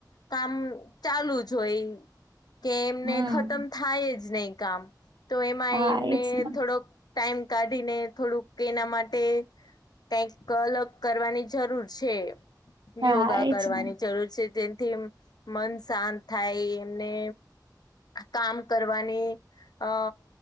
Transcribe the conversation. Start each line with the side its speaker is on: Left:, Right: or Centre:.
Left: કામ ચાલુ જ હોય. કે એમને
Right: હમ
Left: ખતમ થાય જ નહી કામ તો એમાં
Right: હા
Left: એમને
Right: એજ ને
Left: થોડોક. ટાઈમ કાઢીને થોડુંક એના માટે. કઈક અલગ કરવાની જરૂર છે.
Right: હા
Left: યોગા
Right: એજ
Left: કરવાની
Right: ને
Left: જરૂર છે જેથી. મન શાંત થાય એમને કામ કરવાની. અ